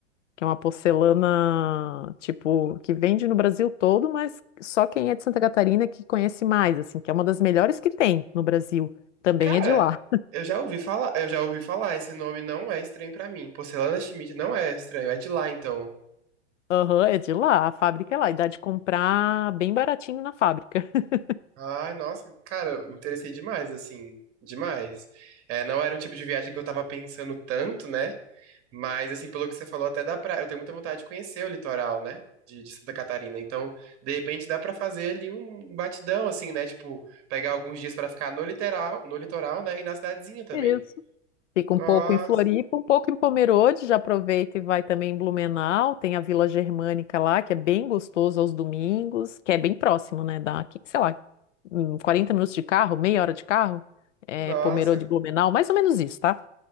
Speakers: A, on the left; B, on the right.
A: que é uma porcelana, tipo, que vende no Brasil todo, mas só quem é de Santa Catarina que conhece mais, assim, que é uma das melhores que tem no Brasil, também
B: Cara,
A: é de lá.
B: eu já ouvi falar, eu já ouvi falar, esse nome não é estranho pra mim. Porcelana Schmidt não é estranho, é de lá então.
A: Aham, é de lá, a fábrica é lá, e dá de comprar bem baratinho na fábrica. <laughs>
B: Ai, nossa, cara, eu me interessei demais, assim, demais. É, não era um tipo de viagem que eu tava pensando tanto, né? Mas, assim, pelo que você falou, até dá pra. Eu tenho muita vontade de conhecer o litoral, né? De, de Santa Catarina. Então, de repente, dá pra fazer ali um batidão, assim, né? Tipo, pegar alguns dias pra ficar no litoral, no litoral, né? E na cidadezinha também.
A: Isso. Fica um
B: Nossa,
A: pouco em Floripa, um pouco em Pomerode, já aproveita e vai também em Blumenau, tem a Vila Germânica lá, que é bem gostoso aos domingos, que é bem próximo, né, da, aqui, sei lá, hum, 40 minutos de carro, meia hora de carro, é,
B: nossa.
A: Pomerode e Blumenau, mais ou menos isso, tá?